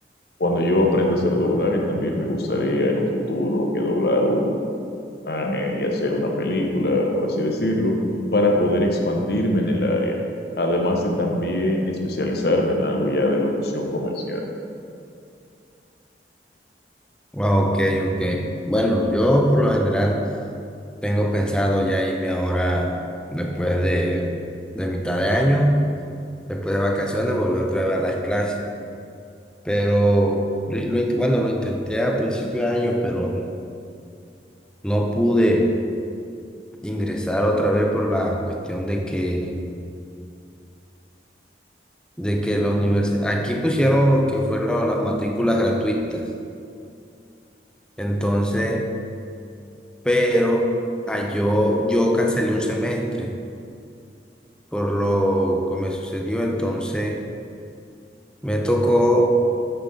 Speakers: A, on the left (about 60°); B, in the centre.
A: Cuando yo aprenda a hacer doblaje, también me gustaría en un futuro que doblar un personaje y hacer una película, por así decirlo, para poder expandirme en el área. Además de también especializarme en algo ya de locución comercial.
B: Ah, ok, ok. Bueno, yo por lo general tengo pensado ya irme ahora después de, de mitad de año, después de vacaciones, volver otra vez a las clases. Pero, lo in- bueno, lo intenté a principio de año, pero no pude ingresar otra vez por la cuestión de que de que la universidad, aquí pusieron lo que fueron las matrículas gratuitas, entonces, pero ah, yo, yo cancelé un semestre por lo que me sucedió, entonces me tocó